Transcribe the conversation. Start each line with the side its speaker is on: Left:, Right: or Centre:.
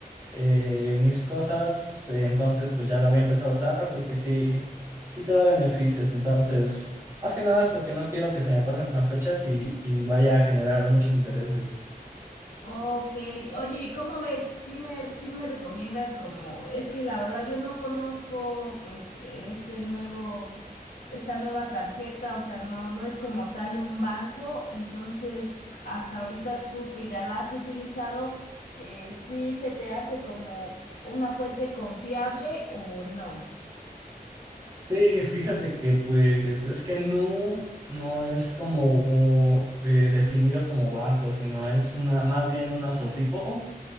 Right: eh, mis cosas, eh, entonces pues ya la voy a empezar a usar porque sí, sí te da beneficios. Entonces, más que nada es porque no quiero que se me pasen las fechas y, y vaya a generar muchos intereses.
Left: Ok, oye, ¿y cómo ves? ¿Sí me, sí me recomiendas como, es que la verdad yo no conozco pues este nuevo, esta nueva tarjeta, o sea, no, no es como tal un banco, entonces hasta ahorita tú que ya la has utilizado, eh, ¿sí se te hace como una fuente confiable o no?
Right: Sí, fíjate que pues es que Nu no es como eh, definido como banco, sino es una, más bien una SOFIPO.